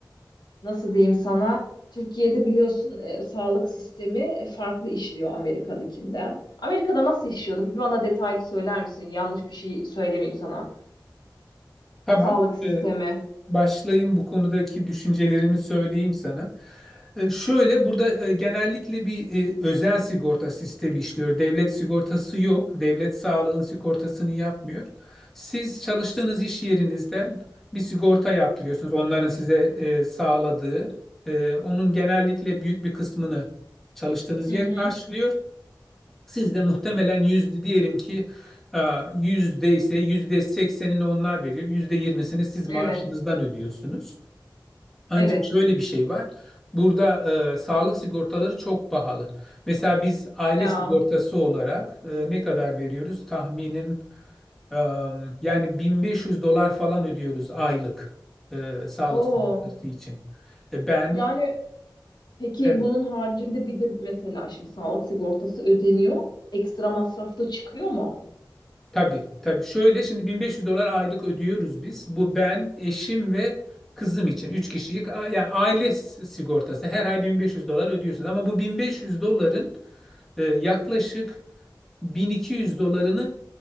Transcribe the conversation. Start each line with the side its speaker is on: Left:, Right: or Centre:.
Left: nasıl diyeyim sana? Türkiye'de biliyorsun e, sağlık sistemi farklı işliyor Amerika'dakinden. Amerika'da nasıl işliyordu? Bir bana detaylı söyler misin? Yanlış bir şey söylemeyeyim sana.
Centre: Tamam.
Left: Sağlık sistemi.
Centre: E, başlayayım bu konudaki düşüncelerimi söyleyeyim sana. E, Şöyle burada e, genellikle bir e, özel sigorta sistemi işliyor. Devlet sigortası yok. Devlet sağlığın sigortasını yapmıyor. Siz çalıştığınız iş yerinizden bir sigorta yaptırıyorsunuz. Onların size e, sağladığı, e, onun genellikle büyük bir kısmını çalıştığınız
Left: Hı
Centre: yer
Left: hı.
Centre: karşılıyor. Siz de muhtemelen yüzde diyelim ki e, yüzde ise yüzde seksenini onlar verir. Yüzde yirmisini siz maaşınızdan
Left: Evet,
Centre: ödüyorsunuz. Ancak
Left: evet.
Centre: şöyle bir şey var. Burada e, sağlık sigortaları çok pahalı. Mesela biz aile
Left: Ya,
Centre: sigortası olarak e, ne kadar veriyoruz? Tahminim e, yani 1500 dolar falan ödüyoruz aylık e, sağlık
Left: o.
Centre: sigortası için. E, ben
Left: Yani peki
Centre: evet.
Left: bunun haricinde bir de mesela şimdi sağlık sigortası ödeniyor. Ekstra masrafta çıkıyor mu?
Centre: Tabii, tabii. Şöyle şimdi 1500 dolar aylık ödüyoruz biz. Bu ben, eşim ve kızım için 3 kişilik a- yani aile s- sigortası. Her ay 1500 dolar ödüyorsunuz ama bu 1500 doların e, yaklaşık 1200 dolarını